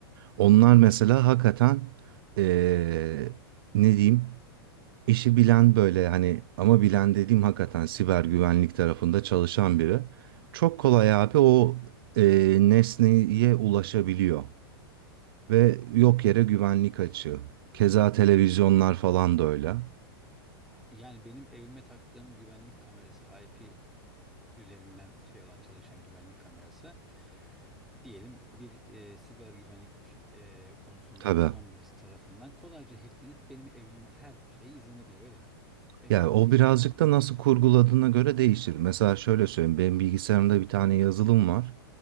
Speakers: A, on the right (about 60°); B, in the centre.
A: Onlar mesela hakikaten e, ne diyeyim İşi bilen böyle hani ama bilen dediğim hakikaten siber güvenlik tarafında çalışan biri. Çok kolay abi o e, nesneye ulaşabiliyor ve yok yere güvenlik açığı. Keza televizyonlar falan da öyle.
B: Yani benim evime taktığım güvenlik kamerası IP üzerinden şey olan çalışan güvenlik kamerası diyelim bir e, siber güvenlik e, konusunda
A: Tabii.
B: uzman birisi tarafından kolayca hacklenip benim evimin her şeyi izlenebilir öyle mi? Evim,
A: Yani o
B: ofisim
A: birazcık
B: falan filan.
A: da nasıl kurguladığına göre değişir. Mesela şöyle söyleyeyim. Benim bilgisayarımda bir tane yazılım var.